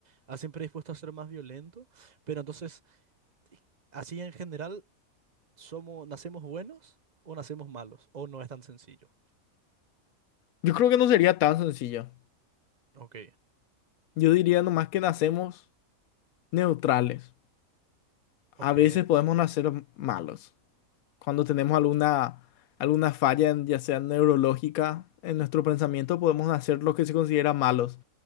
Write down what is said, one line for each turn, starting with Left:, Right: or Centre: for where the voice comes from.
Right: hacen predispuesto a ser más violento. Pero entonces, así en general. ¿Somos, nacemos buenos o nacemos malos? ¿O no es tan sencillo?
Left: Yo creo que no sería tan sencillo.
Right: Ok,
Left: Yo diría nomás que nacemos neutrales.
Right: ok,
Left: A veces podemos nacer malos. Cuando tenemos alguna, alguna falla, en- ya sea neurológica, en nuestro pensamiento, podemos hacer lo que se considera malos.